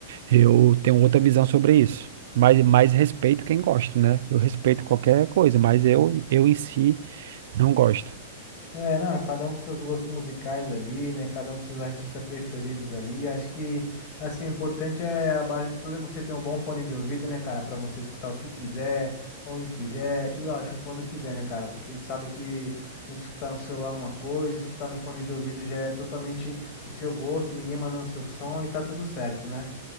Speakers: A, on the right (about 70°); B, on the left (about 45°).
A: eu tenho outra visão sobre isso. Mas, mas respeito quem gosta, né? Eu respeito qualquer coisa, mas eu, eu em si não gosto.
B: É, não, cada um com seus gostos musicais ali, né? Cada um com seus artistas preferidos ali. Acho que, assim, o importante é, a base de tudo é você ter um bom fone de ouvido, né, cara? Pra você escutar o que quiser, onde quiser e, lógico, quando quiser, né, cara? Porque a gente sabe que a gente escutar no celular é uma coisa, escutar no fone de ouvido já é totalmente o seu gosto, ninguém mandando seu som e tá tudo certo, né?